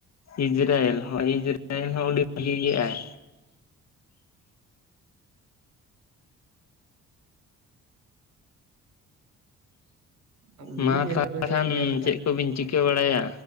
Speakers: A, on the left; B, on the right.
A: ᱤᱡᱽᱨᱟᱭᱮᱞ ᱦᱚᱸ ᱤᱡᱽᱨᱟᱭᱮᱞ ᱦᱚᱸ ᱚᱸᱰᱤ ᱵᱷᱟᱹᱜᱤ ᱜᱮᱭᱟᱭ᱾
B: ᱟᱹᱰᱤ
A: ᱢᱟ
B: ᱵᱮᱥ
A: ᱛᱟᱦᱚᱞᱮ
B: ᱵᱮᱥ
A: ᱠᱷᱟᱱ
B: ᱯᱞᱮᱭᱟᱨ ᱢᱮᱱᱟᱜ
A: ᱪᱮᱫ ᱠᱚᱵᱤᱱ ᱪᱤᱠᱟᱹ ᱵᱟᱲᱟᱭᱟ?